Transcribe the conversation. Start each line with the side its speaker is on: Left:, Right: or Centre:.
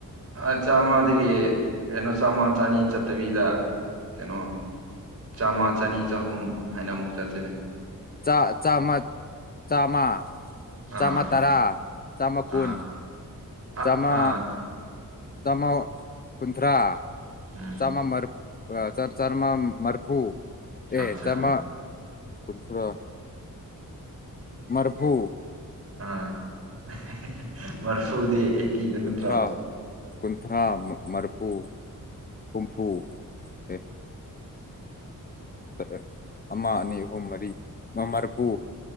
Right: ꯑꯥ ꯆꯥꯃꯗꯒꯤ ꯀꯩꯅꯣ ꯆꯥꯝꯃ ꯆꯅꯤ ꯆꯠꯇꯕꯤꯗ ꯀꯩꯅꯣ ꯆꯥꯝꯃ ꯆꯅꯤ ꯆꯍꯨꯝ ꯍꯥꯏꯅ ꯑꯃꯨꯛ ꯆꯠꯁꯤꯟꯅ
Left: ꯆꯥ ꯆꯥꯝꯃ ꯆꯥꯝꯃ
Right: ꯑꯥ
Left: ꯆꯥꯝꯃ ꯇꯔꯥ ꯆꯥꯝꯃ
Right: ꯑꯥ
Left: ꯀꯨꯟ
Right: ꯑ
Left: ꯆꯥꯝꯃ
Right: ꯑꯥ
Left: ꯆꯥꯝꯃ ꯀꯨꯟꯊ꯭ꯔꯥ
Right: ꯎꯝ
Left: ꯆꯥꯝꯃ ꯃ꯭ꯔ ꯑ ꯆ ꯆꯔꯃ ꯃꯔꯐꯨ
Right: ꯑꯠꯆꯥ
Left: ꯑꯦ ꯆꯝꯃ ꯀꯨꯟꯊ꯭ꯔ ꯃ꯭ꯔꯐꯨ
Right: ꯑꯥ <unintelligible> ꯃꯔꯐꯨꯗꯤ ꯅꯠꯇ꯭ꯔꯣ
Left: ꯀꯨꯟꯊ꯭ꯔꯥ ꯀꯨꯟꯊ꯭ꯔꯥ ꯃꯔꯐꯨ ꯍꯨꯝꯐꯨ ꯑꯦ <unintelligible> ꯑꯃ ꯑꯅꯤ ꯑꯍꯨꯝ ꯃꯔꯤ ꯃ ꯃ꯭ꯔꯐꯨ